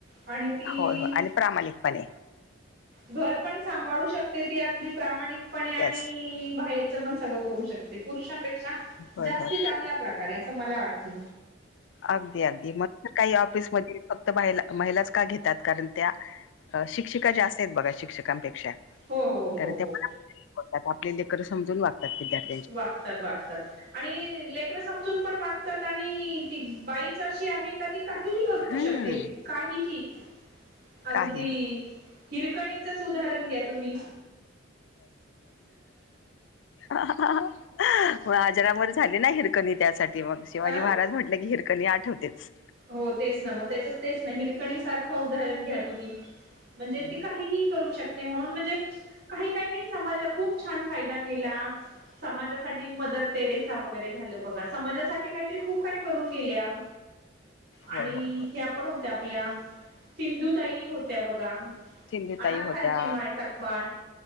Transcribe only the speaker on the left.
होय होय आणि प्रामाणिकपणे
येस
होय
होय
अगदी अगदी मग काही ऑफिसमध्येध्ये फक्त बाहिला महिलाच का घेतात कारण त्या शिक्षिका ज्या असत आहेत बघा शिक्षकांपेक्षा
कारण ते
पतात आपले लेकर समजून वागतात विद्यार्थी
हम्म
काहीही
हा हा आजारवर झाली ना हिरकणी त्यासाठी मग शिवाजी
महाराज म्हटले की हिरकणी आठवतेच.
हं.
होय होय होय
सिंधुताई
होत्या